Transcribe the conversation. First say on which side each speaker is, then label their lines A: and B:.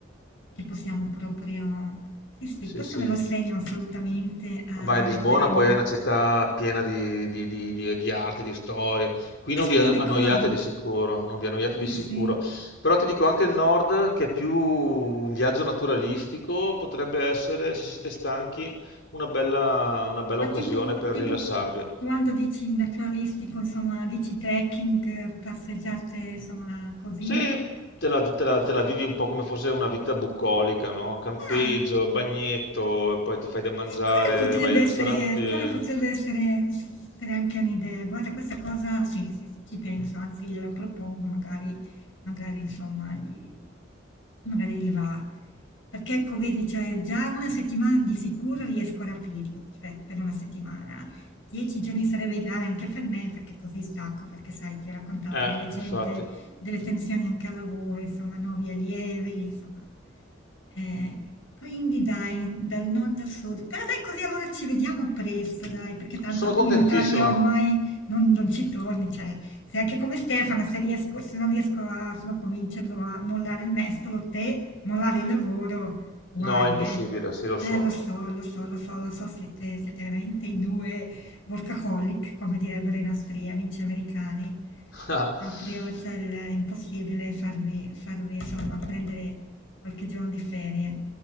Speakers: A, on the left; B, on the left.
A: che possiamo proprio... Sì, sì,
B: sì
A: questo
B: sì.
A: me lo segno assolutamente a,
B: Vai
A: a
B: a
A: mettere
B: Lisbona,
A: nel...
B: poi è una città piena di, di- di- di- di arte, di storia. Qui
A: Sì,
B: non
A: sì,
B: vi
A: me
B: annoiate
A: lo ricordo.
B: di sicuro, non vi annoiate
A: Sì,
B: di sicuro.
A: sì.
B: Però ti dico anche il nord, che è più un viaggio naturalistico, potrebbe essere, se siete stanchi, una bella, una bella
A: Ma
B: occasione
A: tipo,
B: per
A: tipo
B: rilassarvi.
A: quando dici naturalistico, insomma, dici trekking, passeggiate, insomma, così.
B: Sì, te la, te la- te la vivi un po' come fosse una vita bucolica, no? Campeggio,
A: Ah,
B: bagnetto, e poi ti fai da mangiare,
A: E quella potrebbe
B: vai al
A: essere,
B: ristorante.
A: quella potrebbe essere, s- essere anche un'idea. Guarda, questa cosa, sì, sì, sì, ci penso, anzi gliela propongo, magari, magari insomma, gli, magari gli va. Perché ecco, vedi, cioè, già una settimana di sicuro riesco a rapirlo, cioè per una settimana. Dieci giorni sarebbe ideale anche per me, perché così stacco, perché sai, ti ho raccontato
B: Eh,
A: di recente
B: infatti.
A: delle tensioni anche al lavoro, insomma, nuovi allievi, insomma. Eh, quindi dai, dal nord al sud. Però dai, così allora ci vediamo presto, dai, perché tanto
B: Sono contentissimo.
A: tu in Italia ormai non, non ci torni, cioè, sei anche come Stefano, se riesco, se non riesco a, insomma, a convincerlo a mollare il mestolo, te, mollare il lavoro, guai,
B: No, è impossibile,
A: eh.
B: sì, lo
A: Eh,
B: so.
A: lo so, lo so, lo so, lo so, siete, siete veramente i due workaholic, come direbbero i nostri amici americani.
B: <laughs>
A: Proprio, cioè, il- è impossibile farvi, farvi, insomma, prendere qualche giorno di ferie.